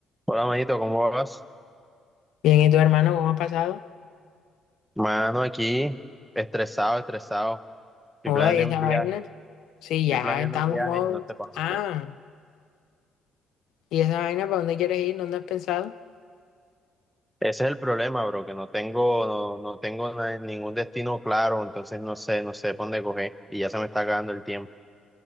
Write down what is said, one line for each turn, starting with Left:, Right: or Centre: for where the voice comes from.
Centre: Hola, manito, ¿cómo vas?
Left: Bien, ¿y tu hermano cómo ha pasado?
Centre: Mano, aquí, estresado, estresado. Estoy
Left: Joda,
Centre: planeando
Left: ¿y esa
Centre: un
Left: vaina?
Centre: viaje,
Left: Sí,
Centre: estoy
Left: ya
Centre: planeando
Left: estamos
Centre: un viaje
Left: modo.
Centre: y no sé para
Left: Ah,
Centre: dónde.
Left: ¿y esa vaina para dónde quieres ir? ¿Dónde has pensado?
Centre: Ese es el problema, bro, que no tengo, no, no tengo na- ningún destino claro, entonces no sé, no sé por dónde coger y ya se me está acabando el tiempo.